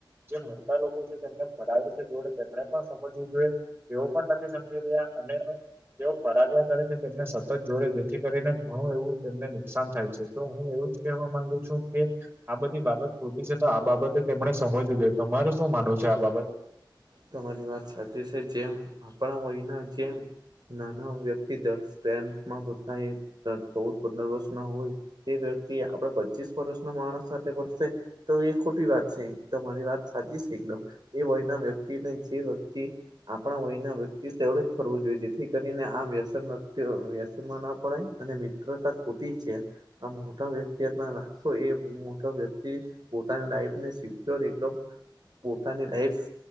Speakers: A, on the right; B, on the right.
A: જે મોટા લોકો છે તેમને ફરાવેે છે જોડે તેમને પણ સમજવું જોઈએ તેઓ પણ નથી સમજી રહ્યા અને તેઓ ફરાગ્યા કરે છે તેમને સતત જોડે જેથી કરીને ઘણું એવું તેમને નુકસાન થાય છે તો હું એવું જ કેવા માંગુ છું કે આ બધી બાબત ખોટી છે તો આ બાબતે તેમણે સમજવું જોઈએ તમાર શું માવું છે આ બાબતે
B: તમારી વાત સાચી છે જેમ આપણા હોયના જેમ નાના વ્યક્તિ દસ ટેન્થમાં બધા એક ચૌદ પંદર વર્ષ ના હોય તે વ્યક્તિ આપડ પચીસ વર્ષના માણસ સાથે પડશે તો એ ખોટી વાત છે તો મારી વાત સાચી છે એકદમ એ વયના વ્યક્તિને જે વ્યક્તિ આપણા વયના વ્યક્તિ જ ફરવું જોઈએ જેથી કરીને આ વ્યસનતિ વ્યસનમાં ના પડાય અને મિત્રતા ખોટી છે આમ મોટા વ્યક્તિત રાખશો એ મોટા વ્યક્તિ પોતાની લાઈફને સિક્યોર એકદમ પોતાની લાઈફ